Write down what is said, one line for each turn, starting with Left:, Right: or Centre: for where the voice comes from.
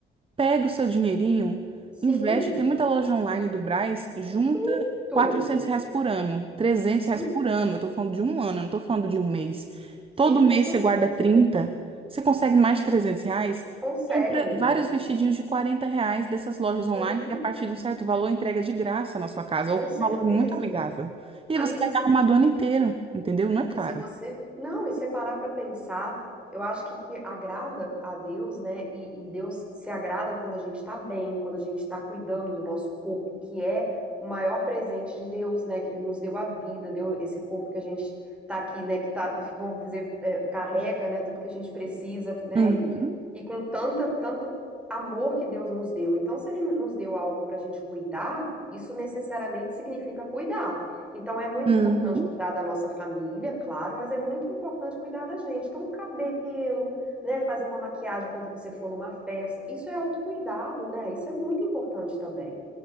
Right: Pega o seu dinheirinho,
Centre: sim,
Right: investe. Tem muita loja online do Brás, junta
Centre: muito.
Right: 400 reais por ano, trezentos
Centre: Sim,
Right: reais por ano. Eu tô falando de um ano, eu não tô falando de um mês.
Centre: sim,
Right: Todo mês
Centre: com certeza.
Right: você guarda 30, você consegue mais de 300 reais.
Centre: Consegue,
Right: Compra
Centre: amiga.
Right: vários vestidinhos de 40 reais dessas lojas online,
Centre: Sim,
Right: que a partir de um certo valor entrega de graça na sua casa,
Centre: com
Right: ou com
Centre: certeza.
Right: um valor muito amigável. E
Centre: Amiga,
Right: aí você vai
Centre: se
Right: estar arrumado o ano inteiro, entendeu? Não é caro.
Centre: E se você. Não, e você parar para pensar, eu acho que que agrada a Deus, né? E, e Deus se agrada quando a gente tá bem, quando a gente tá cuidando do nosso corpo, que é o maior presente de Deus, né? Que Ele nos deu a vida, deu esse corpo que a gente tá aqui, né? Que tá, vamos dizer, é, carrega, né? Tudo que a gente precisa, né?
Right: Uhum,
Centre: E, e com tanta, tanta amor que Deus nos deu. Então, se Ele nos deu algo pra gente cuidar, isso necessariamente significa cuidar. Então, é muito
Right: uhum.
Centre: importante cuidar da nossa família, claro, mas é muito importante cuidar da gente. Então, cabelo, né? Fazer uma maquiagem quando você for numa festa. Isso é autocuidado, né? Isso é muito importante também.